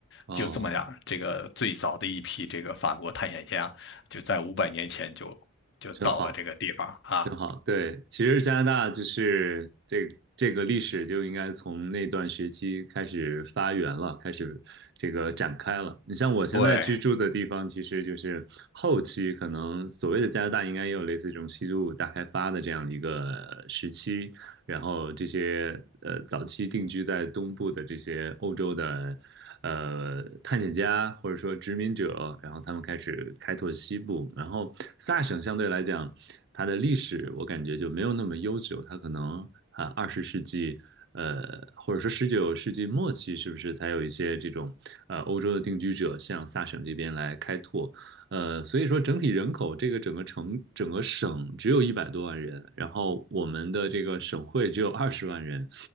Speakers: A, on the right; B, on the left.
A: 哦，
B: 就这么样，这个最早的一批这个法国探险家就在五百年前就就到了这个地方啊，
A: 真好。真好，对，其实加拿大就是这这个历史就应该从那段时期开始发源了，开始这个展开了。你像我现在居住的地方，
B: 对，
A: 其实就是后期可能所谓的加拿大应该也有类似这种西部大开发的这样一个时期，然后这些呃早期定居在东部的这些欧洲的呃探险家或者说殖民者，然后他们开始开拓西部，然后萨省相对来讲，它的历史我感觉就没有那么悠久，它可能啊二十世纪。呃，或者说十九世纪末期，是不是才有一些这种呃欧洲的定居者向萨省这边来开拓？呃，所以说整体人口这个整个城整个省只有一百多万人，然后我们的这个省会只有二十万人、